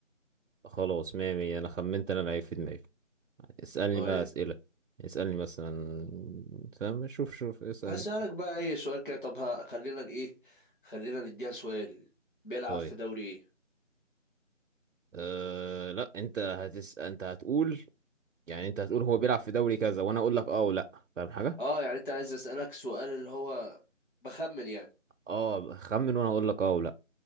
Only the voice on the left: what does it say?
طيب
هسألك
بقى اي سؤال كده طب ها خلينا ايه خلينا نديها سؤال بيلعب
في دوري ايه
اه يعني انت عايز اسألك سؤال اللي هو بخمن يعني